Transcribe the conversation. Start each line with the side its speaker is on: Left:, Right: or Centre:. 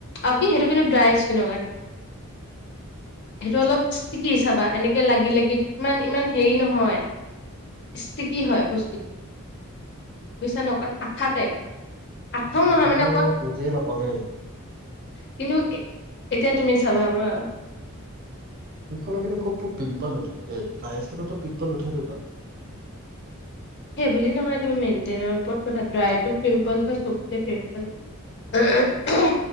Left: আৰু কি সেইটো কিন্তু ড্ৰাই স্কিনৰ কাৰণে সেইটো অলপ ষ্টিকি চাবা এনেকে লাগি লাগি ইমান ইমান হেৰি নহয় ষ্টিকি হয় বস্তুটো বুজিছা ন অকণ আঠা টাইপ আঠাও
Right: জানো
Left: নহয় মানে
Right: মই বুজিয়ে নাপাওঁ দেই
Left: কিনোকে এতিয়া তুমি চাবা মই
Right: মুখখনত কিন্ত খোব খোব পিম্পল উঠে, এই ড্ৰাই স্কিনত পিম্পল উঠেনে ইমান
Left: সেইবুলি নহয় তোমাৰ মেইনটেইনৰ ওপৰত কথা ড্ৰাইটো পিম্পল হয় চবতে পিম্পল হয়।